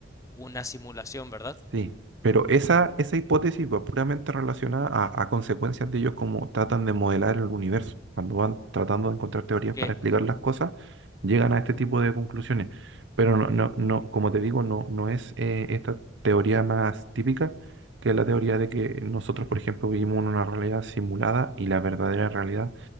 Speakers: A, on the left (about 15°); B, on the right (about 65°).
A: una simulación, ¿verdad?
B: Sí, pero esa, esa hipótesis va puramente relacionada a, a consecuencias de ellos como tratan de modelar el universo. Cuando van tratando de encontrar teorías
A: Que
B: para explicar las cosas, llegan a este tipo de conclusiones. Pero no, no, no, como te digo, no, no es eh, esta teoría más típica, que es la teoría de que nosotros, por ejemplo, vivimos en una realidad simulada y la verdadera realidad